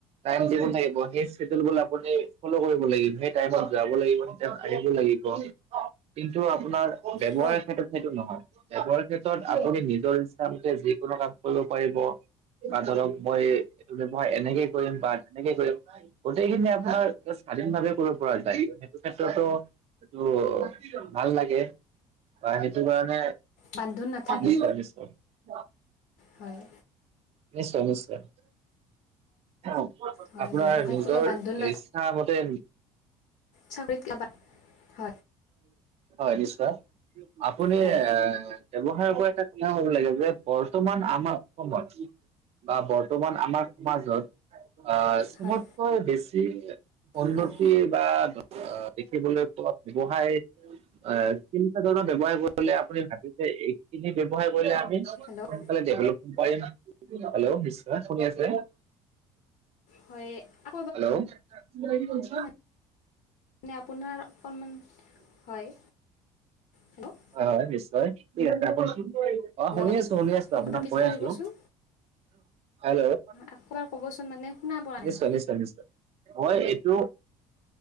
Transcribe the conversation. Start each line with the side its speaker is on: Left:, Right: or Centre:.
Right: টাইম দিব লাগিব সেই চেদুলবোৰ আপুনি ফল' কৰিব লাগিব। সেই টাইমত যাব লাগিব, তেওঁ আহিব লাগিব। কিন্তু আপোনাৰ ব্যৱসায়ীৰ
Left: হয়
Right: ক্ষেত্ৰত সেইটো নহয়। এবৰ ক্ষেত্ৰত আপুনি নিজৰ ইচ্ছামতে যিকোনো কাম কৰিব পাৰিব। বা ধৰক মই ব্যৱহাৰ এনেকেই কৰিম বা তেনেকেই কৰিম গোটেইখিনি আপোনাৰ স্বাধীনভাৱে কৰিব পৰা যায়। সেইটো ক্ষেত্ৰতো এইটো ভাল লাগে বা সেইটো কাৰণে
Left: বান্ধোন নাথাকে
Right: নিশ্চয়, নিশ্চয়।
Left: হয়
Right: নিশ্চয়, নিশ্চয়। অ
Left: হয়
Right: আপোনাৰ
Left: ব্যৱসায়ত
Right: নিজৰ
Left: কোনো বান্ধোন
Right: ইচ্ছামতে
Left: চাবিত কাবাত <unintelligible>
Right: হয়, নিশ্চয়। আপুনি
Left: হয়
Right: আ ব্যৱসায়ৰ পৰা এটা <unintelligible> হ'ব লাগে যে বৰ্তমান আমাৰ অসমত বা বৰ্তমান আমাৰ সমাজত আ চবতকৈ
Left: হয়
Right: বেছি উন্নতি
Left: হয়
Right: বা আ দেখিবলৈ পোৱা ব্যৱসায় অ কেনেকা ধৰণৰ ব্যৱসায় কৰিলে আপুনি ভাবিছে এইখিনি ব্যৱসায় কৰিলে <unintelligible>
Left: হেল্ল'
Right: হেল্ল' নিশ্চয় শুনি আছে।
Left: হয় আ
Right: হেল্লউ <unintelligible>
Left: মানে আপোনাৰ অকণমান, হয়। হেল্ল'
Right: হয় হয় নিশ্চয় ঠিক আছে। আপোনাৰ, অ
Left: হেল্ল'
Right: শুনি আছো, শুনি আছো
Left: আকৌ
Right: আপোনাক
Left: ৰিপিট
Right: কৈ
Left: কৰিবচোন
Right: আছো। হেল্ল'
Left: আকৌ এবাৰ ক'বচোন মানে শুনা পোৱা নাই
Right: নিশ্চয়,
Left: মই
Right: নিশ্চয়, নিশ্চয়। মই এইটো,